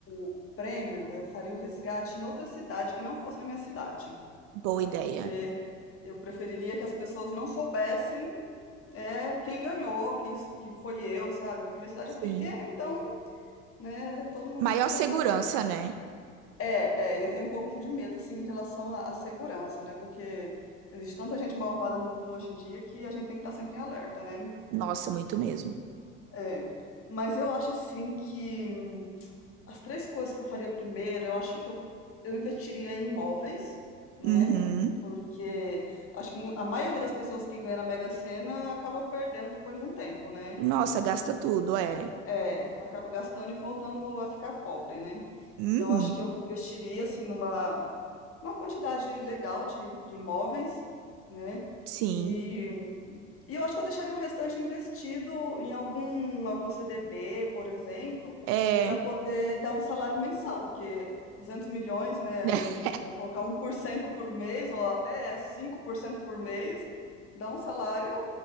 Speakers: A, on the left; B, on the right.
A: o, o o prêmio, eu faria o resgate em outra cidade que não fosse na minha cidade,
B: Boa
A: sabe?
B: ideia.
A: Porque eu preferiria que as pessoas não soubessem é, quem ganhou, quem, s- quem foi eu, sabe? Porque minha cidade
B: Sim.
A: é pequena, então, né, todo mundo
B: Maior
A: fica
B: segurança,
A: sabendo.
B: né?
A: É, é, e eu tenho um pouco de medo, assim, em relação à, à segurança, né? Porque existe tanta gente malvada no mundo hoje em dia que a gente tem que estar sempre em alerta, né?
B: Nossa, muito mesmo.
A: É, mas eu acho, assim, que hum, as três coisas que eu faria primeiro, eu acho que eu, eu investiria em imóveis, né?
B: Uhum.
A: Porque acho que mu- a maioria das pessoas que ganha na Mega Sena acaba perdendo depois de um tempo, né?
B: Nossa, gasta tudo, é.
A: É, acaba gastando e voltando a ficar pobre, né?
B: Uhum.
A: Então acho que eu investiria assim numa, uma quantidade legal de, de imóveis, né?
B: Sim.
A: E e eu acho que eu deixaria o restante investido em algum, algum CDB, por exemplo,
B: É.
A: para poder dar um salário mensal, porque 200 milhões, né,
B: <laughs>
A: aí vão colocar um por cento por mês, ou até cinco por cento por mês, dá um salário,